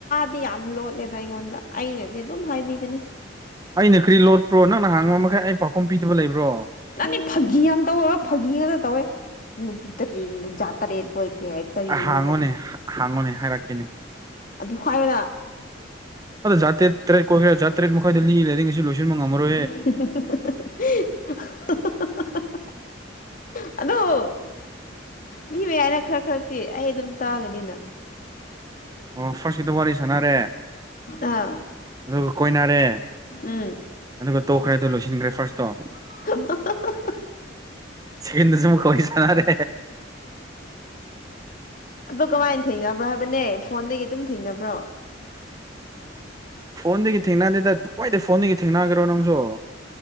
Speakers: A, on the left; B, on the right.
A: ꯗꯤ ꯌꯥꯝ ꯂꯣꯠꯂꯦꯗ ꯑꯩꯉꯣꯟꯗ ꯑꯩꯅꯗꯤ ꯑꯗꯨꯝ ꯍꯥꯏꯕꯤꯕꯅꯦ
B: ꯑꯩꯅ ꯈꯔꯤ ꯂꯣꯠꯄ꯭ꯔꯣ ꯅꯪꯅ ꯍꯥꯡꯕ ꯃꯈꯩ ꯑꯩ ꯄꯥꯎꯈꯨꯝ ꯄꯤꯗꯕ ꯂꯩꯕ꯭ꯔꯣ
A: ꯅꯪꯅꯤ ꯐꯥꯒꯤ ꯌꯥꯝ ꯇꯧꯋ ꯐꯥꯒꯤ ꯉꯥꯛꯇ ꯇꯧꯋꯦ ꯅꯨꯄꯤ ꯇꯦ ꯖꯥꯠ ꯇꯔꯦꯠ ꯀꯣꯏꯈ꯭ꯔꯦ ꯍꯥꯏ ꯀꯔꯤꯅꯣꯕ
B: ꯍꯥꯡꯉꯣꯅꯦ ꯍꯥꯡꯉꯣꯅꯦ ꯍꯥꯏꯔꯛꯀꯦꯅꯦ
A: ꯑꯗꯨꯥꯏꯗ
B: ꯑꯗꯥ꯭ꯔꯦ ꯇꯔꯦꯠꯣꯏꯈꯥ ꯇꯔꯦꯠ ꯃꯈꯥꯏꯗ ꯂꯤ ꯂꯩꯁꯤ ꯂꯣꯏ ꯃ ꯑꯃꯔꯣ
A: <inaudible> <inaudible> ꯑꯗꯣ ꯅꯤꯕ ꯌꯥꯏꯅ ꯈꯔ ꯈꯔꯗꯤꯤ ꯑꯩ ꯑꯗꯨꯝ ꯇꯥꯒꯅꯤꯅ
B: ꯑꯣ ꯐꯥꯔꯁꯀꯤꯗ ꯋꯥꯔꯤ ꯁꯥꯟꯅꯔꯦ
A: ꯑꯥ
B: ꯑꯗꯨꯒ ꯀꯣꯏꯅꯔꯦ
A: ꯎꯝ
B: ꯑꯗꯨꯒ ꯇꯣꯛꯈ꯭ꯔꯦ ꯑꯗꯨ ꯂꯣꯏꯁꯤꯟꯈ꯭ꯔꯦ ꯐꯥꯔꯁꯇꯣ
A: <unintelligible>
B: ꯁꯤꯒꯟꯗꯁꯨ ꯃ ꯀꯩꯁꯅꯔꯦ
A: ꯑ ꯀꯃꯥꯏꯅ ꯊꯦꯡꯅꯕ꯭ꯔꯣ ꯍꯥꯏꯕꯅꯦ ꯐꯣꯟꯗꯒꯤ ꯑꯗꯨꯝ ꯊꯦꯡꯅꯕ꯭ꯔꯣ
B: ꯐꯣꯟꯗꯒꯤ ꯊꯦꯡꯅꯗꯦꯗ ꯋꯥꯏꯗꯩ ꯐꯣꯟꯗꯒꯤ ꯊꯦꯡꯅꯈ꯭ꯔꯣ ꯅꯪꯁꯨ